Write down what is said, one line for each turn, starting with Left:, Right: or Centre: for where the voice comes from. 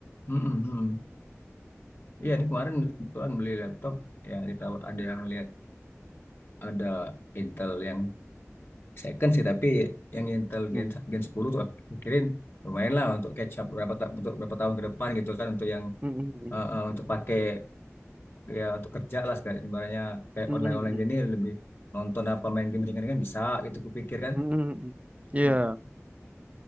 Left: Mm-mm, Iya, ini kemarin kebetulan beli laptop ya kita ada yang lihat ada Intel yang second sih tapi yang Intel
Right: Hmm.
Left: Gen, Gen 10 tuh aku pikirin lumayan lah untuk catch up berapa ta- untuk berapa tahun ke depan gitu kan untuk yang
Right: Hmm, hmm,
Left: eh, eh, untuk
Right: hmm.
Left: pakai ya untuk kerja lah sekarang ibaratnya kayak
Right: Hmm,
Left: online
Right: hmm,
Left: online
Right: hmm.
Left: gini lebih nonton apa main game ringan-ringan bisa gitu kupikir kan
Right: Hmm, hmm, hmm. Iya,
Left: Mm-mm.